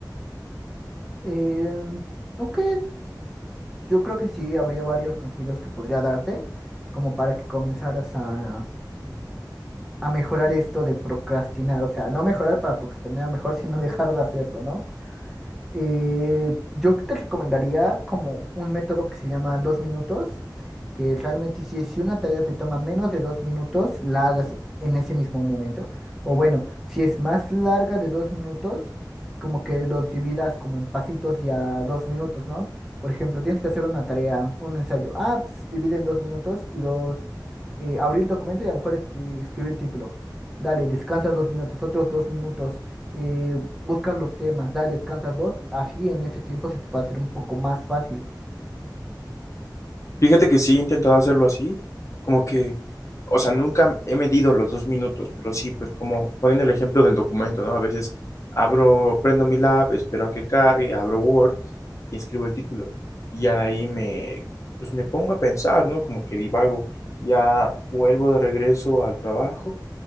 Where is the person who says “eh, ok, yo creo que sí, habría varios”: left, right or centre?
Centre